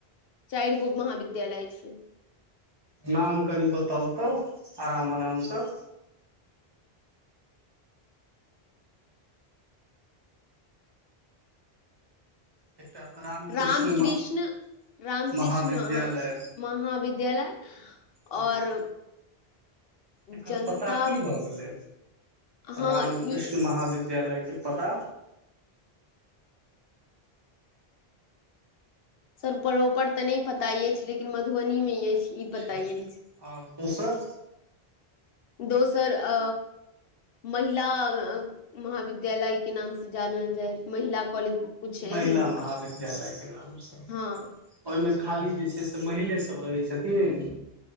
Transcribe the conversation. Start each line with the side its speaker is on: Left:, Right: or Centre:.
Left: चारि गो महाविद्यालय छै
Right: नाम कनि बताउतहु तऽ आराम आरामसँ एकटा तऽ रामकृष्ण
Left: राम कृष्ण रामकृष्ण
Right: महाविद्यालय
Left: महाविद्यालय आ
Right: हँ
Left: और
Right: एकर
Left: जनता
Right: पता की भऽ गेलै
Left: हँ
Right: रामकृष्ण
Left: ई
Right: महाविद्यालय इ पता
Left: सर प्रॉपर तऽ नहि पता अछि लेकिन मधुबनी में अछि ई पता
Right: छै
Left: अछि
Right: आ और दोसर
Left: दोसर अ महिला महाविद्यालय के नाम से जानल जाय महिला कॉलेज कुछ एहन
Right: महिला महाविद्यालय के नाम छै ओहि
Left: हँ
Right: में खाली जे छै से महिले सब रहै छथिन